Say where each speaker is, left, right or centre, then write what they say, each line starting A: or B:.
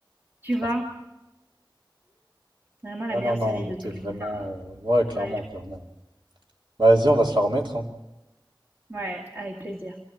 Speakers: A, on the right; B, on the right.
A: Tu
B: Franchement.
A: vois, vraiment la
B: Ah
A: meilleure
B: non, non,
A: série
B: on
A: de
B: était
A: tous
B: vraiment.
A: les. Je
B: euh, Ouais, clairement,
A: pourrais
B: clairement. Bah, vas-y, on va se la remettre, hein.
A: Ouais, avec plaisir.